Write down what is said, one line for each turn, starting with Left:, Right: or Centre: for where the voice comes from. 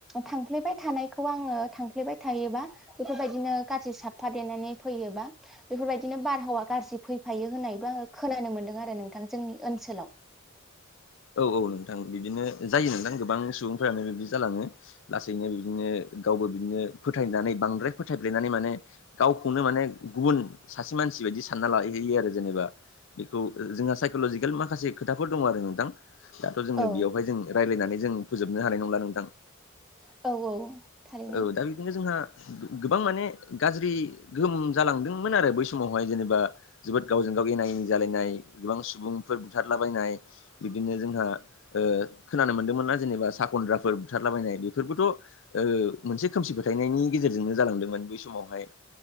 Centre: थांफ्लेबाय थानायखौ आङो थांफ्लेबाय थायोबा बेफोरबायदिनो गाज्रि साफा देनानै फैयोबा बेफोरबायदि बिदिनो बारहावा गाज्रि फैफायो होननायबो आङो खोनानो मोनदों आरो नोंथां जोंनि ओनसोलाव
Left: औ औ नोंथां बिदिनो जायो नोंथां गोबां सुबुंफ्रानो बिदि जालाङो लासैनो बिदिनो गावबो बिदिनो फोथायनानै बांद्राय फोथायब्लायनानै माने गावखौनो माने गुबुन सासे मानसि बायदि सानना लाहैयो आरो जेनेबा बेखौ जोंहा साइक'लजिकेल माखासे खोथाफोर दङ आरो नोंथां दाथ' जोङो
Centre: औ
Left: बेयावहाय जों रायज्लायनानै जों फोजोबनो हानाय नंला नोंथां
Centre: औ औ थारैनो
Left: औ दा बिदिनो नो जोंहा गोबां माने गाज्रि गोहोम जालांदोंमोन आरो बै समावहाय जेनेबा जोबोद गावजों गाव एना एनि जालायनाय गोबां सुबुंफोर बुथारलाबायनाय बिब्दिनो जोंहा खोनानो मोनदोंमोना जेनेबा सा खद्राफोर बुथारलाबायनाय बेफोरबोथ' मोनसे खोमसि फोथायनायनि गेजेरजोंनो जालांदोंमोन बै समावहाय